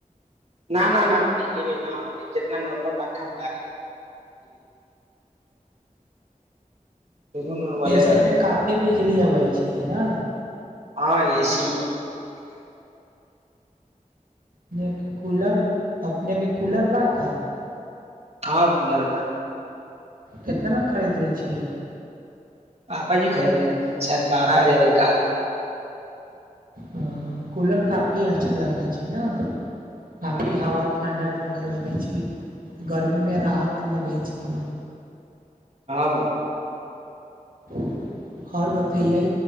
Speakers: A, on the right (about 50°); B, on the right (about 90°).
A: न न न बिजली बिल नहि होलै जितना नॉर्मल पंखा मे लागलै दुनू नॉर्मले
B: एसी
A: रहै
B: में काफी बिजली अबै छियै ना
A: हँ ए सी मे बहुत बिजली खाइ
B: अपने के कूलर अपने के कूलर बा का
A: हाँ कूलर बा
B: कितनामे खरीदने छियै
A: पापाजी खरीदले रहथिन शायद बा पाँच हजार मे कहादून
B: हँ कूलर काफी अच्छा लगै छै ने काफी
A: हँ
B: हवा ठण्डा ठण्डा लगै छै गर्मी में राहत लगै छै <unintelligible>
A: बहुत
B: आओर बतैयै